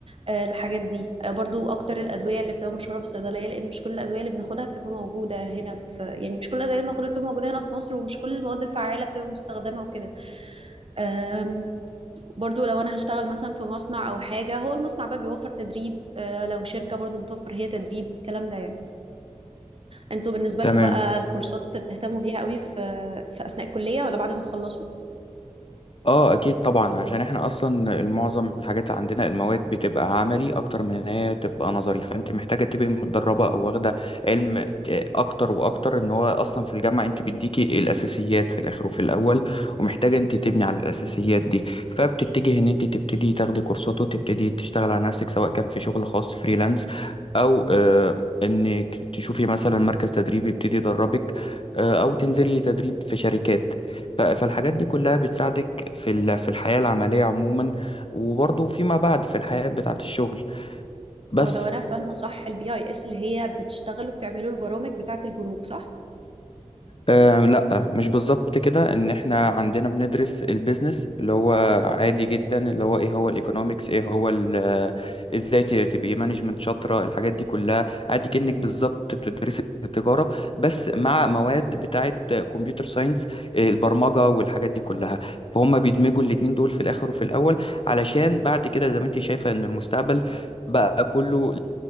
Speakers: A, on the right; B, on the left.
A: آه، الحاجات دي آه، برضو اكتر الادوية اللي بتبقى مشهورة في الصيدلية لان مش كل الادوية اللي بناخدها بتبقى موجودة هنا في يعني مش كل الادوية اللي بناخدها بتبقى موجودة هنا في مصر ومش كل المواد الفعالة بتبقى مستخدمة وكده أم، برضو لو انا هشتغل مثلا في مصنع او حاجه هو المصنع بقى بيوفر تدريب أه، لو شركه برضو بتوفر هي تدريب الكلام ده يعني انتوا بالنسبه
B: تمام
A: لكم بقى الكورسات بتهتموا بيها قوي في في اثناء الكليه ولا بعد ما تخلصوا
B: اه اكيد طبعا عشان احنا اصلا معظم الحاجات عندنا المواد بتبقى عملي اكتر من ان هي تبقى نظري فانت محتاجه تبقى متدربه او واخده علم ك- اكتر واكتر ان هو اصلا في الجامعه انت بيديكي الاساسيات في الاخر وفي الاول ومحتاجه انت تبني على الاساسيات دي فبتتجه ان انت تبتدي تاخدي كورسات وتبتدي تشتغل على نفسك سواء كان في شغل خاص فريلانس او آه، انك تشوفي مثلا مركز تدريب يبتدي يدربك آه، او تنزلي تدريب في شركات ف- فالحاجات دي كلها بتساعدك في ال- في الحياة العملية عموما وبرضه فيما بعد في الحياة بتاعة الشغل بس
A: او لو انا فاهمه صح البي اي اس اللي هي بتشتغل وبتعملوا البرامج بتاعه البنوك صح
B: آه لا مش بالظبط كده ان احنا عندنا بندرس البيزنس اللي هو عادي جدا اللي هو ايه هو الايكونومكس ايه هو ال- آه، ازاي ت- تبقي مانجمنت شاطره الحاجات دي كلها عادي كأنك بالظبط بتدرسي التجاره بس مع مواد بتاعه كمبيوتر ساينس البرمجه والحاجات دي كلها فهم بيدمجوا الاتنين دول في الاخر وفي الاول علشان بعد كده زي ما انت شايفه ان المستقبل بقى كله